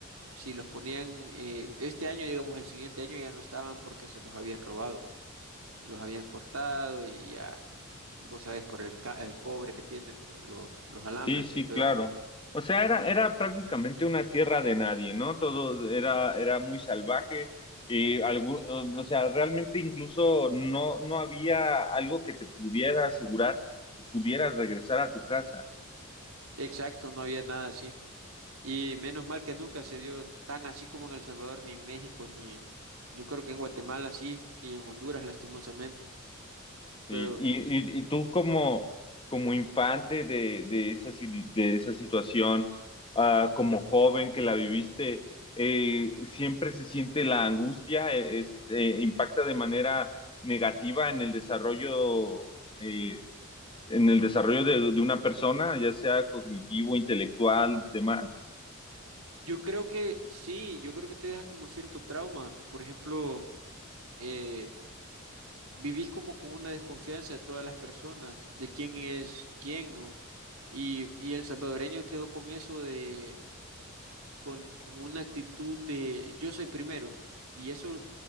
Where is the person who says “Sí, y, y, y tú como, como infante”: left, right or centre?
Left